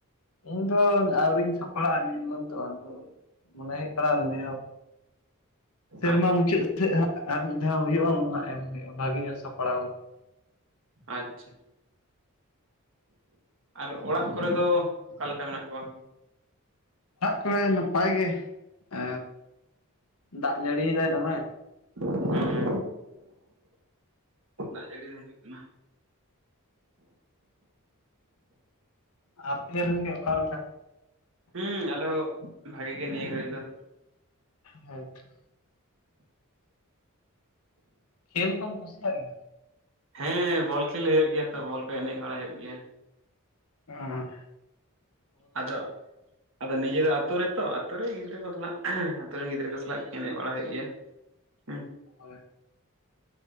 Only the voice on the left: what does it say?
ᱤᱧ ᱫᱚ ᱟᱹᱣᱨᱤᱧ ᱥᱟᱯᱲᱟᱜᱼᱟ ᱱᱤᱭᱟᱹ ᱵᱟᱨ ᱫᱚ ᱟᱫᱚ ᱢᱚᱱᱮ ᱦᱩᱭᱩᱜ ᱠᱟᱱᱟ ᱥᱮᱨᱢᱟ
ᱢᱩᱪᱟᱹᱫ ᱟᱨ ᱢᱤᱫ ᱫᱷᱟᱣ ᱦᱩᱭᱩᱜᱼᱟ ᱩᱱ ᱦᱜ ᱮᱢ ᱦᱩᱭᱩᱜᱼᱟ ᱵᱷᱟᱜᱤ ᱧᱚᱜ ᱥᱟᱯᱲᱟᱣ ᱠᱟᱛᱮ ᱾
ᱚᱲᱟᱜ ᱠᱚᱨᱮ ᱱᱟᱯᱟᱭ ᱜᱮ ᱮ, ᱫᱟᱜ ᱡᱟᱹᱲᱤ ᱭᱮᱫᱟᱭ ᱫᱚᱢᱮ᱾
ᱟᱯᱮ ᱨᱮᱱ ᱜᱮ ᱚᱠᱟ ᱞᱮᱠᱟ?
ᱦᱳᱭ ᱛᱚ᱾ ᱠᱷᱮᱞ ᱠᱚᱢ ᱠᱩᱥᱤᱭᱟᱜ ᱜᱮᱭᱟ?
ᱚ
ᱦᱳᱭ᱾